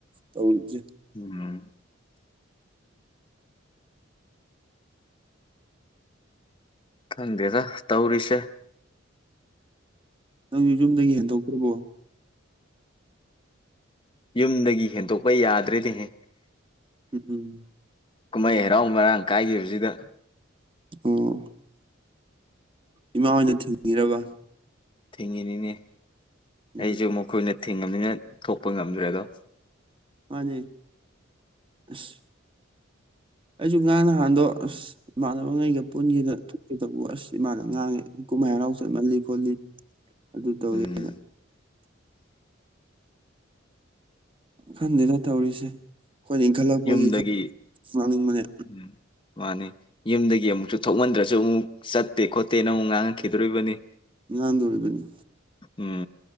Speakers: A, on the right; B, on the left.
A: ꯇꯧꯔꯤꯁꯦ
B: ꯎꯝ ꯈꯪꯗꯦꯗ ꯇꯧꯔꯤꯁꯦ
A: ꯅꯪꯁꯨ ꯌꯨꯝꯗꯒꯤ ꯍꯦꯟꯗꯣꯛꯇ꯭ꯔꯤꯕꯣ
B: ꯌꯨꯝꯗꯒꯤ ꯍꯦꯟꯗꯣꯛꯄ ꯌꯥꯗ꯭ꯔꯦꯅꯦꯍꯦ
A: ꯎꯝꯝ
B: ꯀꯨꯝꯍꯩ ꯍꯔꯥꯎ ꯃꯔꯥꯡ ꯀꯥꯏꯈꯤꯕꯁꯤꯗ
A: ꯑꯣ ꯏꯃꯥꯍꯣꯏꯅ ꯊꯤꯡꯉꯤꯔꯕ
B: ꯊꯤꯡꯉꯤꯅꯤꯅꯦ
A: ꯎꯝ
B: ꯑꯩꯁꯨ ꯃꯈꯣꯏ ꯅ ꯊꯤꯡꯉꯥꯃꯤꯅ ꯊꯣꯛꯄ ꯉꯝꯗ꯭ꯔꯦꯗꯣ
A: ꯃꯥꯅꯦ ꯑꯁ ꯑꯩꯁꯨ ꯉꯔꯥꯡ ꯉꯍꯥꯟꯗꯣ ꯑꯁ ꯏꯃꯥꯅ <unintelligible> ꯉꯩꯒ ꯄꯨꯟꯒꯦꯅ ꯊꯣꯛꯀꯦ ꯇꯧꯕ ꯑꯁ ꯏꯃꯥꯅ ꯉꯥꯡꯉꯦ ꯀꯨꯝꯃꯩ ꯍꯔꯥꯎ ꯆꯠꯃꯜꯂꯤ ꯈꯣꯠꯂꯤ ꯑꯗꯨ ꯇꯧꯋꯦ
B: ꯎꯝ
A: ꯑꯅ ꯈꯪꯗꯦꯗ ꯇꯧꯔꯤꯁꯦ ꯈꯣꯏꯅ ꯏꯟꯈꯠꯂꯛꯄꯒꯤ
B: ꯌꯨꯝꯗꯒꯤ
A: ꯈꯥ ꯂꯥꯡꯅꯤꯡꯕꯅꯦ
B: ꯎꯝ ꯃꯥꯅꯤ ꯌꯨꯝꯗꯒꯤ ꯑꯃꯨꯛꯁꯨ ꯊꯣꯛꯃꯟꯗ꯭ꯔꯁꯨ ꯑꯃꯨꯛ ꯆꯠꯇꯦ ꯈꯣꯠꯇꯦ ꯅ ꯑꯃꯨꯛ ꯉꯥꯡꯉꯛꯈꯤꯗꯣꯔꯤꯕꯅꯤ
A: ꯉꯥꯡꯗꯣꯔꯤꯕꯅꯤ
B: ꯎꯝ